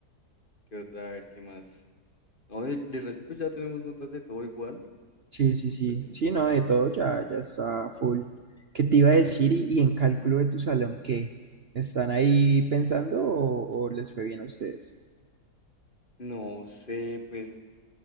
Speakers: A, on the left; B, on the right.
A: qué otra, a ver qué más. No, de, de resto ya tenemos notas de todo igual.
B: Sí, sí, sí.
A: Súper bien.
B: Sí, no, de todo ya, ya está full. ¿Qué te iba a decir? Y, y en cálculo de tu salón, ¿qué? ¿Están ahí pensando o, o les fue bien a ustedes?
A: No sé, pues,